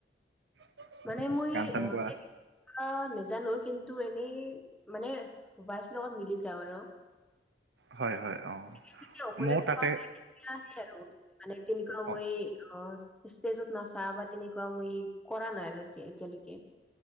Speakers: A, on the right; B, in the centre.
A: <unintelligible>
B: মানে মই
A: গান চান
B: অ
A: গোৱা
B: অ নেজানো কিন্তু এনেই মানে ৱাইফ লগত মিলি যাওঁ আৰু
A: হয় হয় অ
B: এতিয়া যেতিয়া অকলে
A: ময়ো
B: থকা
A: তাকে
B: হয় তেতিয়াহে আৰু মানে তেনেকুৱা মই
A: অ
B: অ ষ্টেজত নাচা বা তেনেকুৱা মই কৰা নাই আৰু এ এতিয়ালৈকে